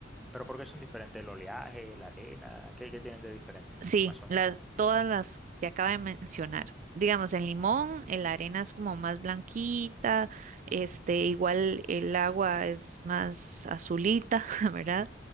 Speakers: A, in the centre; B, on the right.
A: Pero ¿por qué son diferentes? ¿El oleaje, la arena? ¿Qué, qué tienen de diferente?
B: Sí,
A: Más o
B: las,
A: menos.
B: todas las que acaba de mencionar. Digamos, en Limón, eh, la arena es como más blanquita, este, igual el agua es más azulita, <laughs> ¿verdad?